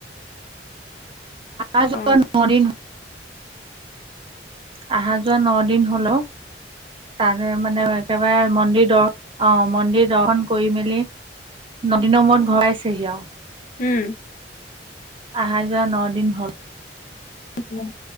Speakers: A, on the right (about 30°); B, on the left (about 45°).
A: আজি
B: অ
A: লৈ নহ দিন হল অহা যোৱা নহঁ দিন হলে অওঁ তাৰে মানে একেবাৰে মন্দিৰ দ অ মন্দিৰ দৰ্শন কৰি মেলি নদিনৰ মূৰত ঘৰ পাইছেহি আৰু
B: উম
A: অহা যোৱা ন দিন হ'ল
B: উম।